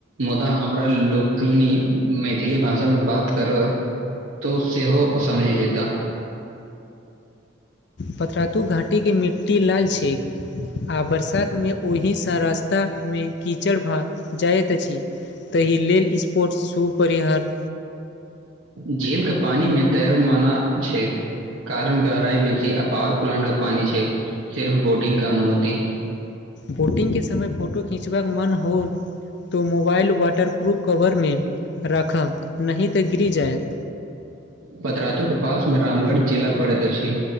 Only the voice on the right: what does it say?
मुदा हमरा लोकनि मैथिली भाषामे बात करय तो सेहो समझि जेता
झील के पानी में तैर मना छैे। कारण गहराई बेसी आ पॉावर प्लांट के पानी छै सिर्फ बोटिंग के अनुमति
पतरातु के पासमे रामगढ़ जिला परैत अछि।